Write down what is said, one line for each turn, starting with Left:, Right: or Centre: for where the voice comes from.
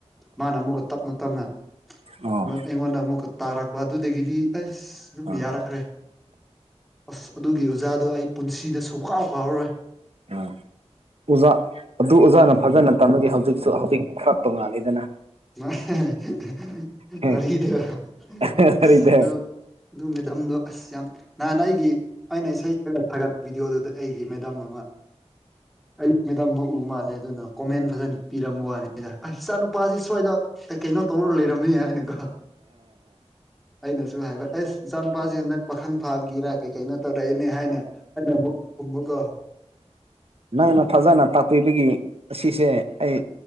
Centre: ꯃꯥꯅ ꯑꯃꯨꯛꯀ ꯇꯞꯅ ꯇꯞꯅ
Right: ꯑꯣ
Centre: ꯑꯃꯛ ꯑꯩꯉꯣꯟꯗ ꯑꯃꯨꯛꯀ ꯇꯥꯔꯛꯄ ꯑꯗꯨꯗꯒꯤꯗꯤ ꯑꯁ ꯑꯗꯨꯝ
Right: ꯑꯥ
Centre: ꯌꯥꯔꯛꯈ꯭ꯔꯦ ꯑꯁ ꯑꯗꯨꯒꯤ ꯑꯣꯖꯥꯗꯣ ꯑꯩ ꯄꯨꯟꯁꯤꯗ ꯁꯨꯛꯀꯥꯎ ꯀꯥꯎꯔꯔꯣꯏ
Right: ꯑꯥ ꯑꯣꯖꯥ ꯑꯗꯨ ꯑꯣꯖꯥꯅ ꯐꯖꯅ ꯇꯝꯃꯗꯤ ꯍꯧꯖꯤꯛꯁꯨ ꯍꯧꯖꯤꯛ ꯈꯔ ꯇꯣꯉꯥꯜꯂꯤꯗꯅ
Centre: ꯃꯥ ꯑꯍꯦ ꯍꯦ ꯍꯦ ꯍꯦ ꯍ
Right: ꯍꯦ
Centre: ꯋꯔꯤꯗꯣ
Right: ꯋꯥꯔꯤꯗ
Centre: ꯑꯁ ꯑꯗꯨ ꯑꯗꯨ ꯃꯦꯗꯥꯝꯗꯣ ꯑꯁ ꯌꯥꯝ ꯅꯍꯥꯟ ꯑꯩꯒꯤ ꯑꯩꯅ ꯏꯁꯩ ꯗꯒ ꯊꯥꯒꯠꯄ ꯕꯤꯗꯤꯑꯣꯗꯨꯗ ꯑꯩꯒꯤ ꯃꯦꯗꯥꯝ ꯑꯃ ꯑꯩ ꯃꯦꯗꯥꯝꯃ ꯎ ꯃꯥꯜꯂꯦ ꯑꯗꯨꯅ ꯀꯣꯃꯦꯟ ꯐꯖꯟ ꯄꯤꯔꯝꯕ ꯋꯥꯅꯤ ꯗ ꯑꯁ ꯏꯆꯥꯅꯨꯄꯥꯁꯤ ꯁ꯭ꯋꯥꯗ ꯀꯩ ꯀꯩꯅꯣ ꯇꯧꯔ ꯂꯩꯔꯝꯃꯤ ꯍꯥꯏꯅꯀꯣ ꯑꯩꯅꯁꯨ ꯍꯥꯏꯕ ꯑꯩꯁ ꯏꯆꯥ ꯅꯨꯨꯄꯥꯁꯦ ꯍꯟꯗꯛ ꯄꯥꯈꯪ ꯐꯥꯕꯒꯤꯔꯥ ꯀꯩ ꯀꯩꯅꯣ ꯇꯧꯔꯛꯑꯦꯅꯦ ꯍꯥꯏꯅ ꯑꯩꯅꯃꯨꯛ ꯈꯨꯝꯕ ꯀꯣ
Right: ꯅꯪꯅ ꯐꯖꯅ ꯇꯥꯛꯄꯤꯕꯒꯤ ꯑꯁꯤꯁꯦ ꯑꯩ